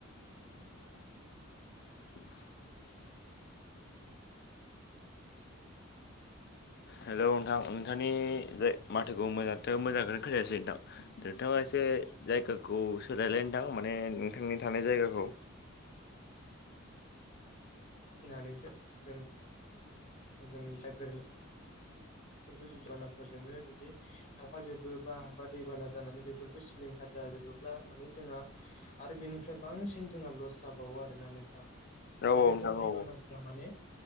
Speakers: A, on the left; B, on the left.
A: <inaudible> हेलौ नोंथां नोंथांनि जाय माथोखौ मोजांथ' मोजांखौनो खोनथायासै नोंथां नोंथाङा मोनसे जायगाखौ सोलायलाय नोंथां माने नोंथांनि थानाय जायगाखौ
B: फिनानैसो जों जोंनि जा गोरलै फोरबो जुदि बानाफोरजोंनो जुदि थांफाजोबो बा बा दैबाना जानानै बेफोरबो सिलिंखार जाजोबोब्ला माने जोंहा आरो बेनिफ्राय बांसिन जोंहा लस जाबावो आरोना नोंथां
A: औ
B: दा
A: औ
B: बेफोर
A: नोंथां
B: दैबानाफोरा
A: औ
B: माने